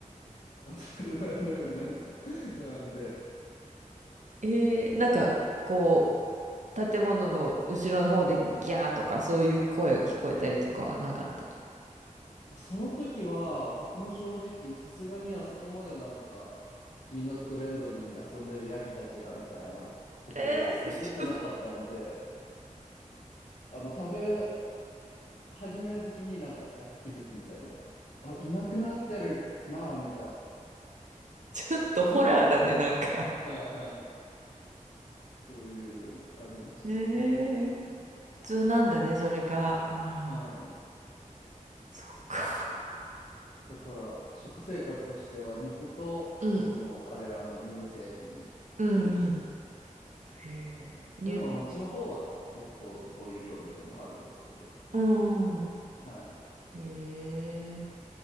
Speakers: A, on the left; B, on the right.
A: 当たり前のようになんか <laughs> 並んで。
B: えー、なんか、こう、建物の後ろの方でギャーとかそういう声が聞こえたりとかはなかった。
A: その時は僕も正直さすがにあそこまでなんかみんなとフレンドリーに遊んでるヤギたちがみたいなことを思ってなかったんで、
B: えー、<laughs> ちょ、
A: あの食べ始める時になんかやっと気づくみたいな。あ、いなくなってるなみたい
B: ちょっとホラーだね、
A: な。
B: なんか。
A: <laughs> はいはい。そういうのありましたね。
B: えー、普通なんだね、それが。ああ、
A: はい。
B: そっか。
A: だから食生活としては肉とその彼らの乳製品中心。
B: うん、うん、うん。へえ、ニュー、
A: でも町の方は結構どういう料理でもあるんですけど、
B: うん、うん。
A: はい、
B: へえ。